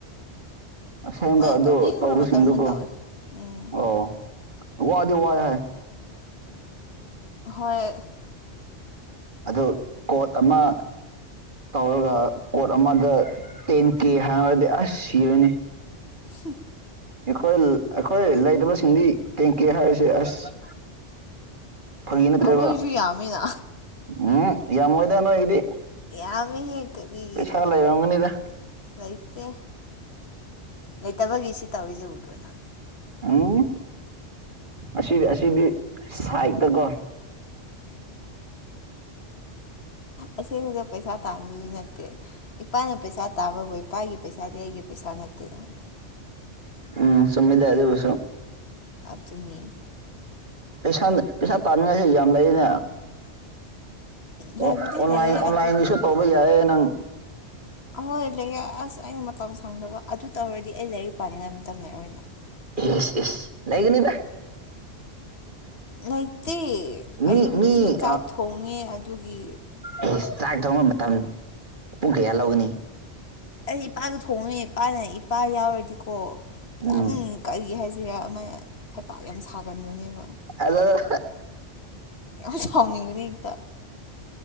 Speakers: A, on the right; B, on the left.
A: ꯑꯁꯦꯡꯕ
B: ꯃꯥꯅ
A: ꯑꯗꯨ
B: ꯇꯧꯅꯤꯡꯕ
A: ꯇꯧꯕꯁꯤꯡꯗꯨꯀꯣ
B: ꯃꯇꯝꯗ ꯇꯧꯋꯤ ꯎꯝ
A: ꯑꯣ ꯋꯥꯗꯤ ꯋꯥꯏ ꯍꯥꯏ
B: ꯍꯣꯏ
A: ꯑꯗꯨ ꯀꯣꯠ ꯑꯃ ꯇꯧꯔꯒ ꯀꯣꯔꯠ ꯑꯃꯗ ꯇꯦꯟ ꯀꯦ ꯍꯥꯏꯔꯗꯤ ꯑꯁ ꯁꯤꯔꯅꯤ
B: ꯍ <inaudible>
A: ꯑꯩꯈꯣꯏ ꯑꯩꯈꯣꯏ ꯂꯩꯇꯕꯁꯤꯡꯗꯤ ꯇꯦꯡꯀꯦ ꯍꯥꯏꯔꯤꯁꯦ ꯑꯁ ꯐꯒꯤ
B: ꯑꯩꯈꯣꯏꯁꯨ
A: ꯅꯠꯇ꯭ꯔꯦꯕ
B: ꯌꯥꯝꯃꯤꯅ
A: ꯎꯝ ꯌꯥꯝꯃꯣꯏꯗ ꯅꯣꯏꯒꯤꯗꯤ
B: ꯌꯥꯝꯉꯦꯍꯦ ꯀꯔꯤꯒꯤ
A: ꯄꯩꯁꯥ ꯂꯩꯔꯝꯒꯅꯤꯗ
B: ꯂꯩꯥꯇꯦ ꯂꯩꯇꯕꯒꯤ ꯁꯤ ꯇꯧꯔꯤꯁꯦ ꯎꯗ꯭ꯔꯣꯅ
A: ꯎ ꯑꯁꯤꯗꯤ ꯑꯁꯤꯗꯤ ꯁꯥꯏꯇꯀꯣ
B: ꯑꯁꯦꯡꯕꯗ ꯄꯩꯁꯥ ꯇꯥꯟꯕꯁꯨ ꯅꯠꯇꯦ ꯏꯄꯥꯅ ꯄꯩꯁꯥ ꯇꯥꯕꯕꯨ ꯏꯄꯥꯒꯤ ꯄꯩꯁꯥꯗꯤ ꯑꯩꯒꯤ ꯄꯩꯁꯥ ꯅꯠꯇꯦꯗꯅ
A: ꯎꯝ ꯆꯨꯝꯃꯤꯗ ꯑꯗꯨꯁꯨ
B: ꯑꯗꯨꯅꯤ
A: ꯄꯩꯁꯥ ꯄꯩꯁꯥ ꯇꯥꯅꯤꯡꯉꯥꯏꯁꯤ ꯌꯥꯝ ꯂꯩꯔꯤꯅꯦ
B: ꯂꯩꯕꯨꯗꯤ
A: ꯑꯣ ꯑꯣꯟꯂꯥꯏꯟ
B: ꯂꯩꯌꯦ
A: ꯑꯣꯟꯂꯥꯏꯟꯒꯤꯁꯨ
B: ꯑꯗꯨ
A: ꯇꯧꯕ ꯌꯥꯏꯌꯦ ꯅꯪ
B: ꯑꯍꯣꯏ ꯂꯩꯌꯦ ꯑꯁ ꯑꯩꯅ ꯃꯇꯝ ꯁꯪꯗꯕ ꯑꯗꯨ ꯇꯧꯔꯗꯤ ꯑꯩ ꯂꯩꯔꯤꯛ ꯄꯥꯅꯤꯡꯉꯥꯏ ꯃꯇꯝ ꯂꯩꯔꯔꯣꯏꯅ
A: ꯌꯦꯁ ꯌꯦꯁ ꯂꯩꯒꯅꯤꯗ
B: ꯂꯩꯇꯦ ꯑꯩ
A: ꯃꯤ
B: ꯌꯨꯝꯗꯁꯨ
A: ꯃꯤ
B: ꯆꯥꯛ ꯊꯣꯡꯉꯦ ꯑꯗꯨꯒꯤ
A: ꯑꯦ ꯆꯥꯛ ꯊꯣꯡꯕ ꯃꯇꯝ ꯄꯨꯡ ꯀꯌꯥ ꯂꯧꯒꯅꯤ
B: ꯑꯩ ꯏꯄꯥꯗꯣ ꯊꯣꯡꯉꯦ ꯏꯄꯥꯅ ꯏꯄꯥ ꯌꯥꯎꯔꯗꯤꯀꯣ
A: ꯎꯝ
B: ꯌꯥꯝ ꯀꯔꯤ ꯍꯥꯏꯁꯤꯔ ꯑꯃ ꯍꯥꯏ ꯄꯥ ꯌꯥꯝ ꯁꯥꯒꯟꯕꯅꯦꯕ
A: ꯑꯗ
B: ꯌꯥꯝ ꯁꯥꯎꯅꯤꯡꯕꯗꯤ ꯍꯦꯛꯇ